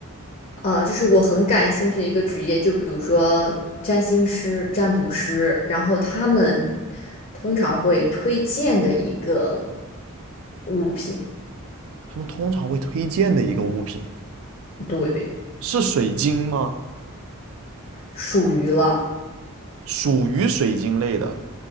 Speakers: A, on the left (about 35°); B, on the right (about 65°).
A: 呃，就是我很感兴趣的一个职业，就比如说占星师、占卜师，然后他们通常会推荐的一个物品，
B: 他们通常会推荐的一个物品
A: 对，
B: 是水晶吗？
A: 属于了，
B: 属于水晶类的，